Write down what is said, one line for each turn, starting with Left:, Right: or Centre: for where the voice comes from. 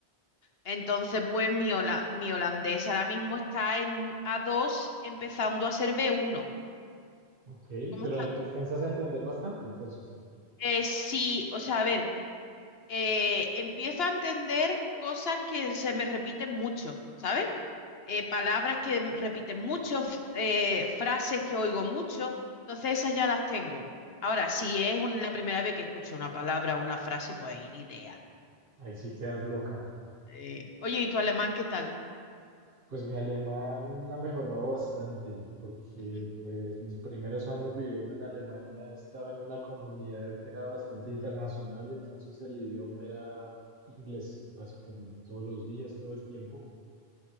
Left: Entonces, pues mi, hola- mi holandés ahora mismo está en un a dos empezando a ser b uno.
Right: Ok,
Left: ¿Cómo
Right: pero
Left: estás
Right: al-
Left: tú?
Right: alcanzas a entender bastante, entonces.
Left: Eh, sí, o sea, a ver, eh, empiezo a entender cosas que se me repiten mucho, ¿sabes? Eh, palabras que m- repiten mucho, f- eh, frases que oigo mucho, entonces esas ya las tengo. Ahora, si es un- la primera vez que escucho una palabra o una frase, pues ahí ni idea.
Right: Ahí sí quedas loca.
Left: Eh, oye, ¿y tu alemán qué tal?
Right: Pues mi alemán ha mejorado bastante, porque
Left: Ujú.
Right: pues mis primeros años viviendo en Alemania estaba en una comunidad que era bastante internacional, entonces el idioma era inglés, básicamente todos los días, todo el tiempo.